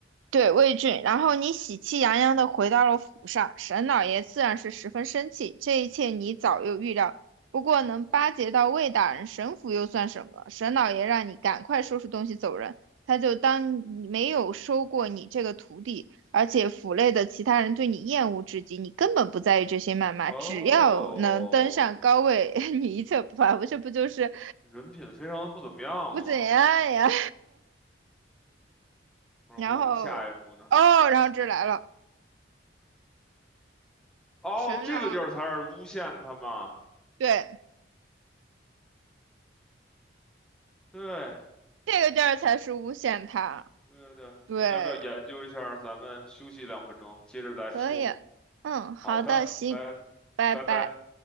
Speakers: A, on the right; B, in the centre.
A: 对，魏俊，然后你喜气洋洋地回到了府上，沈老爷自然是十分生气。这一切你早有预料，不过能巴结到魏大人，沈府又算什么？沈老爷让你赶快收拾东西走人，他就当你没有收过你这个徒弟。而且府内的其他人对你厌恶至极，你根本不在意这些谩骂，
B: 哦，
A: 只要能登上高位，<laughs> 你一切不怕。不这不就是
B: 人品非常的不怎么样嘛。
A: 不怎样呀？<laughs>
B: 然后我们下一步呢？
A: 然后哦，然后这来了，
B: 哦，
A: 沈老，
B: 这个地儿才是诬陷他嘛。
A: 对。
B: 对，
A: 这个地儿才是诬陷他，
B: 对对，
A: 对，
B: 你要不要研究一下儿咱们休息两分钟，接着再说。
A: 可以。嗯，好的，
B: 好的，
A: 行，
B: 拜
A: 拜拜。
B: 拜拜。